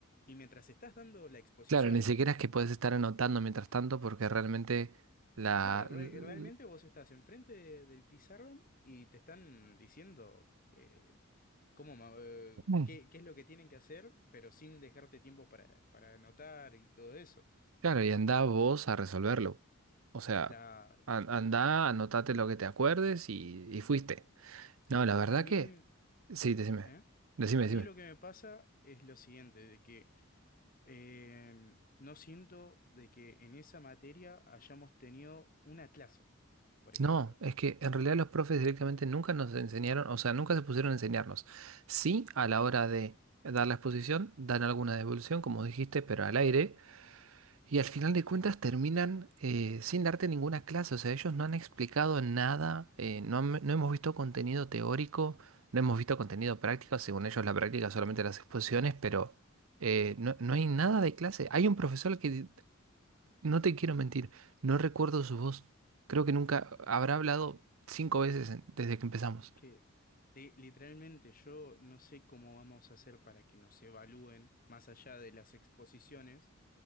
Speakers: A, on the left; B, on the right.
A: y mientras estás dando la exposición.
B: Claro, ni siquiera es que puedes estar anotando mientras tanto porque realmente la...
A: Claro, re-
B: l-
A: realmente vos estás enfrente de- del pizarrón y te están diciendo. eh, cómo, ma- eh,
B: Mm.
A: qué, qué es lo que tienen que hacer, pero sin dejarte tiempo para, para anotar y todo eso.
B: Claro, y anda vos a resolverlo. O sea,
A: Claro.
B: an- andá, anotate lo que te acuerdes y, y fuiste. No, la verdad
A: A mí,
B: que...
A: mm,
B: Sí, decime.
A: ¿eh?
B: Decime,
A: A
B: decime.
A: mí lo que me pasa es lo siguiente, de que em, no siento de que en esa materia hayamos tenido una clase, por ejemplo.
B: No, es que en realidad los profes directamente nunca nos enseñaron, o sea, nunca se pusieron a enseñarnos. Sí, a la hora de dar la exposición, dan alguna devolución, como dijiste, pero al aire. Y al final de cuentas terminan eh, sin darte ninguna clase. O sea, ellos no han explicado nada, eh, no, han- no hemos visto contenido teórico, no hemos visto contenido práctico. Según ellos, la práctica es solamente las exposiciones, pero eh, no, no hay nada de clase. Hay un profesor que No te quiero mentir, no recuerdo su voz. Creo que nunca habrá hablado cinco veces en- desde que empezamos.
A: Es que eh, literalmente yo no sé cómo vamos a hacer para que nos evalúen más allá de las exposiciones